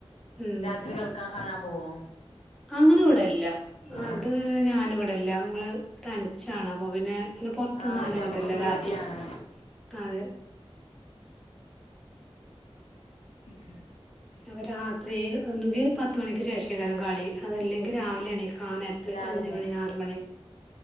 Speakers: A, in the centre; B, on the left.
A: ഉം
B: രാത്രി കൾക്കാൻ കാണാൻ പോവോ
A: അങ്ങനെ ഇവിടല്ല അത്
B: ആ
A: ഞാന ഇവിടല്ല ങ്ങള് തനിച്ചാണ് അപ്പൊ പിന്നെ അന്നെ പുൊറത്തൊന്നും
B: ആ ഒറ്റ
A: ആന
B: നമ്മുക്ക്
A: വിടില്ല
B: പേടിയാണ്
A: രാത്രി അള്
B: ഉം
A: അപ്പ രാത്രി ഒന്നെങ്കിൽ പത്തുമണിക്ക് ശേഷേകാലം കളി അതല്ലെങ്കിൽ രാവിലെ എണക്ക് ആ നേരത്ത്
B: രാവിലെ
A: അഞ്ചുമണി ആറുമണി